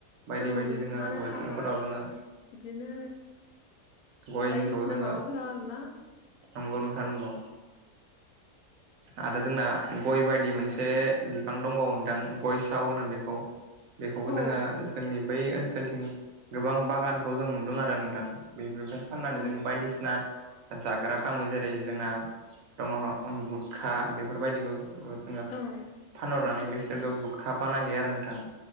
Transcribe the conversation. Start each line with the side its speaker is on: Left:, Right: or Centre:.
Right: बायदि
Left: औ
Right: बायदि
Left: नंगौ
Right: जोङो
Left: आरो
Right: बोथोरफोराव
Left: हाबा
Right: जोङो
Left: बिदिनो
Right: गयनिखौ
Left: बायदिसिना
Right: जोङो
Left: माबाफोरा आरोना
Right: नंगौ नंथां नंगौ आरो जोंना गय बायदि मोनसे बिफां दंबावो नोंथां गय साव होनो बेखौ। बेखौबो
Left: औ
Right: जोङो जोंनि बै ओनसोलथिं गोबां बागानखौ जों नुदों आरो नोंथां। बेफोरनिफ्राय फाननानै
Left: औ
Right: जों बायदिसिना जाग्रा खालामो जेरै जोंना दङ गुटखा बेफोरबायदिखौ जोङो
Left: औ
Right: फानहरनानै
Left: बेफोरबायदि
Right: बैसोरो गु खाफा नायहैयो आरो नोंथां।